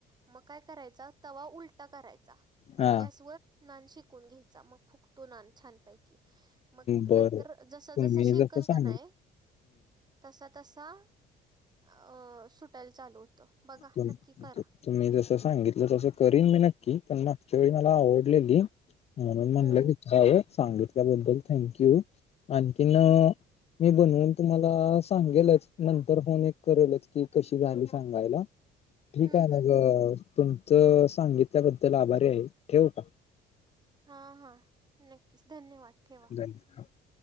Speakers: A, on the right; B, on the left.
A: मग काय करायचा तवा उलटा करायचा आणि
B: हा
A: गॅसवर नान शिकून घ्यायचा मग फुकतो नान छानपैकी मग
B: बर
A: नंतर जस
B: तुम्ही
A: शीकल्क
B: जसं सांगल
A: नाय. तसा तसा अ सुटायला चालू होतं. बघा
B: तुम्ही
A: नक्की करा
B: जसं सांगितलं तसं करीन मी नक्की पण मागच्या वेळी मला आवडलेली म्हणून म्हणलं
A: हम्म
B: विचारावं सांगितल्याबद्दल थँंक्यू आणखीन मी बनवून तुम्हाला सांगेलच नंतर फोन एक करेलच की कशी झाली सांगायला. ठीक
A: हम्म
B: आहे मग
A: हम्म हम्म
B: तुमचं सांगितल्याबद्दल आभारी आहे ठेवू का.
A: हा हा नक्कीच धन्यवाद ठेवा.
B: <unintelligible>